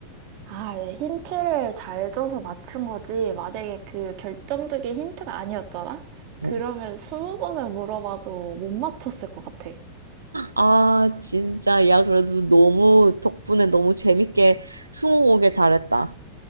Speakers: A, on the right; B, on the right.
A: 아, 네, 힌트를 잘 줘서 맞춘 거지. 만약에 그 결정적인 힌트가 아니었잖아?
B: 어.
A: 그러면 스무 번을 물어봐도 못 맞췄을 것 같아.
B: 아, 진짜 야, 그래도 너무 덕분에 너무 재밌게 스무고개 잘했다.